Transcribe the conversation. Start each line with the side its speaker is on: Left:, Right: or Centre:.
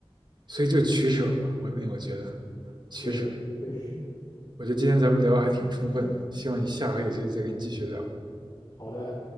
Right: 所以就取舍嘛，我我觉得取舍。
Left: 对，确实，
Right: 我觉得今天咱们聊的还挺充分的，希望你下回有机会再跟你继续聊。
Left: 好的。